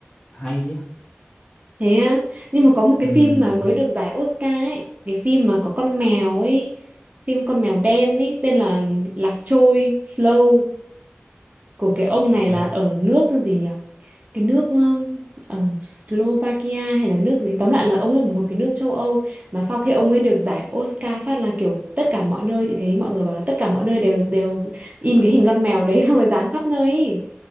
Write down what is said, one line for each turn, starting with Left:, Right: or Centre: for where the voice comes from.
Left: hay á
Right: thế á nhưng mà có một cái
Left: ừ
Right: phim mà mới được giải Oscar ấy cái phim mà có con mèo ấy phim con mèo đen ấy tên là Lạc Trôi Flow của cái ông
Left: gì
Right: này
Left: ta
Right: là ở nước gì nhỉ cái nước um, um, Slovakia hay là nước gì tóm lại là ông ấy ở một cái nước châu Âu mà sau khi ông ấy được giải Oscar phát là kiểu tất cả mọi nơi chị thấy mọi người bảo là tất cả mọi nơi đều đều in cái hình con mèo đấy <laughs> xong rồi dán khắp nơi ý.